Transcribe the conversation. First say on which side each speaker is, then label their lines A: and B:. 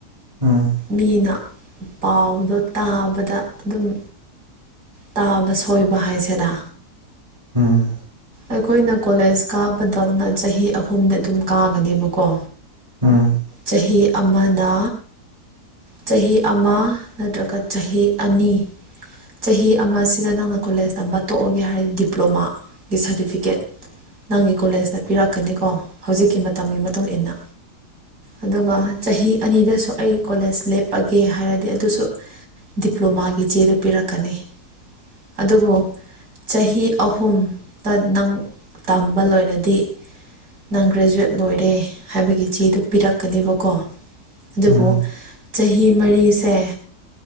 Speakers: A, on the right; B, on the right.
A: ꯎꯝ
B: ꯃꯤꯅ ꯄꯥꯎꯗꯣ ꯇꯥꯕꯗ ꯑꯗꯨꯝ ꯇꯥꯕ ꯁꯣꯏꯕ ꯍꯥꯏꯁꯤꯦꯔ
A: ꯎꯝ
B: ꯑꯩꯈꯣꯏꯅ ꯀꯣꯂꯦꯖ ꯀꯥꯕꯗꯧꯅ ꯆꯍꯤ ꯑꯍꯨꯝꯗ ꯑꯗꯨꯝ ꯀꯥꯒꯅꯦꯕꯀꯣ
A: ꯎꯝ
B: ꯆꯍꯤ ꯑꯃꯅ ꯆꯍꯤ ꯑꯃ ꯅꯠꯇ꯭ꯔꯒ ꯆꯍꯤ ꯑꯅꯤ ꯆꯍꯤ ꯑꯃꯁꯤꯗ ꯅꯪꯅ ꯀꯣꯂꯦꯖ ꯇꯝꯕ ꯇꯣꯛꯑꯒꯦ ꯍꯥꯏꯔꯗꯤ ꯗꯤꯄ꯭ꯂꯣꯃꯥꯒꯤ ꯁꯥꯔꯇꯤꯐꯤꯀꯦꯠ ꯅꯪꯒꯤ ꯀꯣꯂꯦꯖꯅ ꯄꯤꯔꯛꯀꯅꯤꯀꯣ ꯍꯧꯖꯤꯛꯀꯤ ꯃꯇꯝꯒꯤ ꯃꯇꯨꯡ ꯏꯟꯅ ꯑꯗꯨꯒ ꯆꯍꯤ ꯑꯅꯤꯗꯁꯨ ꯑꯩ ꯀꯣꯂꯦꯖ ꯂꯦꯞꯑꯒꯦ ꯍꯥꯏꯔꯗꯤ ꯑꯗꯨꯁꯨ ꯗꯤꯄ꯭ꯂꯣꯃꯥꯒꯤ ꯆꯦꯗ ꯄꯤꯔꯛꯀꯅꯤ ꯑꯗꯨꯕꯨ ꯆꯍꯤ ꯑꯍꯨꯝꯗ ꯅꯪ ꯇꯝꯕ ꯂꯣꯏꯔꯗꯤ ꯅꯪ ꯒ꯭ꯔꯦꯖꯨꯋꯦꯠ ꯂꯣꯏꯔꯦ ꯍꯥꯏꯕꯒꯤ ꯆꯦꯗꯨ ꯄꯤꯔꯛꯀꯅꯦꯕꯀꯣ ꯑꯗꯨꯕꯨ
A: ꯎꯝ ꯎꯝ
B: ꯆꯍꯤ ꯃꯔꯤꯁꯦ